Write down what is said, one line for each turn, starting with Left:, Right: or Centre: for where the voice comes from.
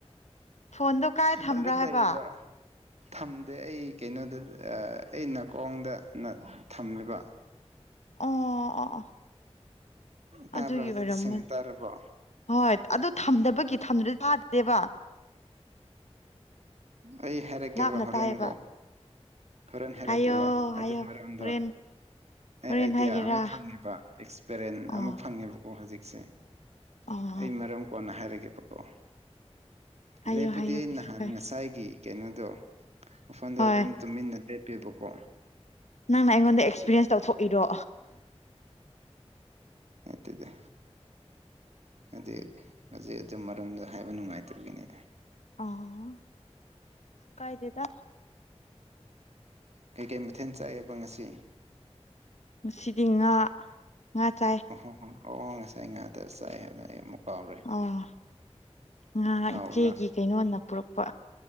Left: ꯐꯣꯟꯗ ꯀꯥꯏ ꯊꯝꯕ꯭ꯔꯥ
Right: ꯑꯗꯨ
Left: ꯍꯥꯏꯕ
Right: ꯂꯩꯕ ꯊꯝꯗꯦ ꯑꯩ ꯀꯩꯅꯣꯗ ꯑꯩ ꯅꯥꯀꯣꯡꯗ ꯊꯝꯃꯦꯕ
Left: ꯑ ꯑꯥ
Right: ꯇꯥꯕ꯭ꯔꯥ
Left: ꯑꯗꯨꯒꯤ
Right: ꯍꯧꯖꯤꯛꯇꯤ
Left: ꯑꯣꯏꯔꯝ
Right: ꯁꯦꯡꯅ ꯇꯥꯔꯕꯣ
Left: ꯍꯣꯏ ꯑꯗꯨ ꯊꯝꯗꯕꯒꯤꯗꯤ ꯇꯥꯗꯦꯕ
Right: ꯑꯩ ꯍꯦꯔꯦ ꯀꯦꯕ
Left: ꯂꯥꯞꯅ
Right: ꯍꯔꯅꯤꯀꯣ
Left: ꯇꯥꯏꯌꯦꯕ
Right: ꯍꯣꯔꯦꯟ ꯍꯥꯏꯔꯛꯀꯦꯕ
Left: ꯍꯥꯏꯌꯣ ꯍꯥꯏꯌꯣ
Right: ꯑꯗꯨ ꯃꯔꯣꯝꯗꯣ
Left: ꯍꯣꯔꯦꯟ
Right: ꯑꯩ
Left: ꯍꯣꯔꯦꯟ
Right: ꯑꯥꯏꯗꯤꯌꯥ
Left: ꯍꯥꯏꯒꯦꯔꯥ
Right: ꯑꯃ ꯐꯪꯉꯦꯕ ꯑꯦꯛꯁꯄꯦꯔꯤꯦꯟ
Left: ꯑꯣ
Right: ꯑꯃ ꯐꯪꯉꯦꯕꯀꯣ ꯑꯣ ꯍꯧꯖꯤꯛꯁꯦ
Left: ꯑꯣ
Right: ꯑꯩ ꯃꯔꯝ ꯀꯣꯟꯅ ꯍꯥꯏꯔꯒꯦꯕꯀꯣ
Left: ꯍꯥꯏꯌꯣ
Right: ꯂꯦꯄꯗꯤꯅ
Left: ꯍꯥꯏꯌꯣ ꯀꯩꯁꯨ ꯀꯥꯏ
Right: ꯁꯥꯏ ꯀꯩꯅꯣꯗꯣ ꯃꯐꯝꯗ
Left: ꯍꯣꯏ
Right: ꯑꯗꯨꯝ ꯇꯨꯃꯤꯟꯅ ꯂꯦꯞꯄꯦꯕꯀꯣ
Left: ꯅꯪꯅ ꯑꯩꯉꯣꯟꯗ ꯑꯦꯛꯁꯄꯤꯔꯤꯌꯦꯟꯁ ꯇꯧꯊꯣꯛꯏꯔꯣ
Right: ꯃꯠꯇꯗ ꯍꯥꯏꯗꯤ ꯍꯧꯖꯤꯛ ꯑꯗꯨ ꯃꯔꯝꯗꯨ ꯍꯥꯏꯕ ꯅꯨꯡꯉꯥꯏꯇꯒꯤꯅꯤꯗ
Left: ꯑꯥ ꯀꯥꯏꯗꯦꯗ
Right: ꯀꯩꯀꯩ ꯃꯊꯦꯜ ꯆꯥꯏꯑ‌ꯦꯕ ꯉꯁꯤ
Left: ꯉꯁꯤꯗꯤ ꯉꯥ ꯉꯥ ꯆꯥꯏ
Right: ꯑꯣꯍꯣ ꯍꯣ ꯑꯣ ꯉꯁꯥꯏ ꯉꯥꯏꯥꯛꯇ <unintelligible> ꯆꯥꯏ ꯍꯥꯏꯕꯅ ꯑꯩ ꯑꯃꯨꯛ ꯀꯥꯎꯔꯦ
Left: ꯑꯥ ꯉꯥꯍꯟ
Right: ꯍꯥꯎꯕ꯭ꯔꯥ
Left: ꯏꯆꯦꯒꯤ ꯀꯩꯅꯣꯅ ꯄꯨꯔꯛꯄ